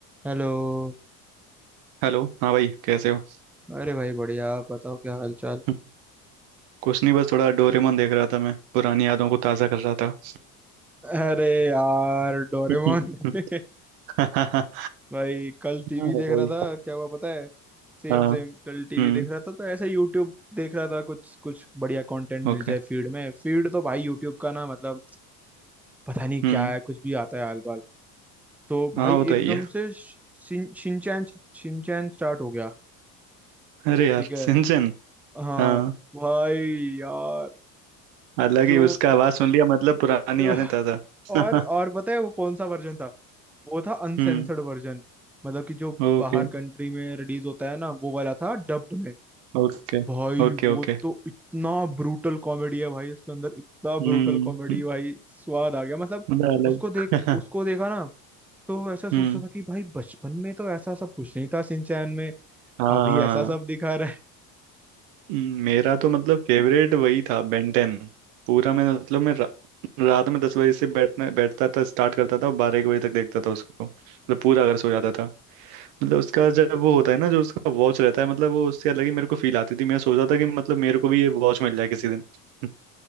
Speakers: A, in the centre; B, on the right (about 70°).
A: Hello
B: Hello हाँ भाई कैसे हो
A: अरे भाई बढ़िया आप बताओ क्या हाल चाल
B: <laughs> कुछ नहीं बस थोड़ा डोरेमोन देख रहा था मैं पुरानी यादों को ताज़ा कर रहा था
A: अरे यार डोरेमोन
B: <laughs>
A: <laughs>
B: हाँ
A: भाई कल टीवी
B: भाई
A: देख रहा था क्या हुआ पता है सेम
B: हाँ
A: सेम कल टीवी
B: हम्म
A: देख रहा था तो ऐसे यूट्यूब देख रहा था कुछ कुछ बढ़िया कंटेंट
B: ओके
A: मिल जाए फीड में फीड तो भाई यूट्यूब का ना मतलब पता नहीं
B: हम्म
A: क्या है कुछ भी आता है आल बाल तो भाई
B: हाँ वो तो
A: एकदम
B: ही है
A: से शिन, शिनचैन शिनचैन स्टार्ट हो गया
B: अरे यार
A: ठीक है
B: सिंचन
A: हाँ
B: हाँ
A: भाई यार
B: अलग
A: जो
B: ही उसका
A: तो
B: आवाज़ सुन लिया मतलब पुरानी
A: <laughs> तो
B: यादें ताज़ा
A: और और
B: <laughs>
A: पता है वो कौन सा वर्जन था वो था अनसेंसर्ड
B: हम्म
A: वर्जन मतलब कि जो
B: Okay
A: बाहर कंट्री में रिलीज होता है ना वो वाला था डब्ड में
B: okay
A: भाई
B: Okay
A: वो
B: okay
A: तो इतना ब्रूटल कॉमेडी है भाई उसके अंदर इतना
B: हम्म
A: ब्रूटल कॉमेडी भाई स्वाद आ गया मतलब
B: मतलब अलग
A: उसको देख उसको
B: <laughs>
A: देखा ना तो ऐसा सोचता
B: हम्म
A: था कि भाई बचपन में तो ऐसा सब कुछ नहीं था सिंचैन में
B: हाँ
A: अभी ऐसा सब दिखा रहा है
B: हम्म, मेरा तो मतलब फेवरेट वही था बेंटेन पूरा मैं मतलब मैं रात में दस बजे से बैठना बैठता था स्टार्ट करता था बारह एक बजे तक देखता था उसको मतलब पूरा अगर सो जाता था मतलब उसका जब वो होता है ना जो उसका वॉच रहता है मतलब वो उससे अलग ही मेरे को फील आती थी मैं सोचता था कि मतलब मेरे को भी ये वॉच मिल जाए किसी दिन <laughs>